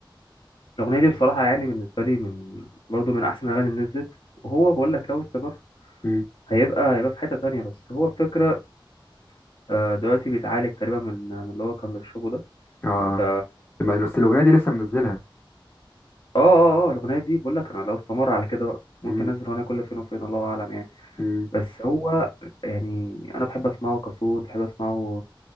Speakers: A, on the left (about 70°); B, on the left (about 30°).
A: الأغنية دي بصراحة يعني بالنسبة لي من برضه من أحسن الأغاني اللي نزلت وهو بقول لك لو استمر
B: امم
A: هيبقى هيبقى في حتة تانية بس هو الفكرة آه، دلوقتي بيتعالج تقريبا من من اللي هو كان بيشربه ده
B: اه
A: ف
B: طب بس الاغنيه دي لسه منزلها
A: اه اه اه الاغنيه دي بقول لك انا لو استمر على كده بقى ممكن
B: امم
A: انزل اغنيه كل فين وفين الله اعلم يعني
B: امم
A: بس هو يعني انا بحب اسمعه كصوت بحب اسمعه